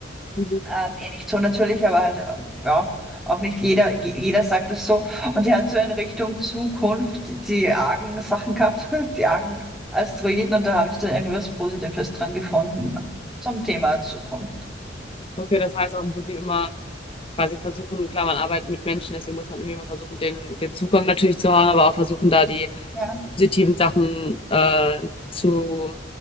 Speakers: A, on the left; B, in the centre.
A: Mhm.
B: Ähm, eh nicht so natürlich, aber halt, ähm, ja, auch nicht jeder, je- jeder sagt es so. Und sie hat so in Richtung Zukunft die argen Sachen gehabt, <laughs> die argen Asteroiden, und da habe ich dann irgendwas Positives dran gefunden zum Thema Zukunft.
A: Okay, das heißt auch im Prinzip immer quasi versuchen, klar, man arbeitet mit Menschen, deswegen muss man irgendwie mal versuchen, den, den Zugang natürlich zu haben, aber auch versuchen, da die
B: Ja,
A: positiven Sachen äh, zu,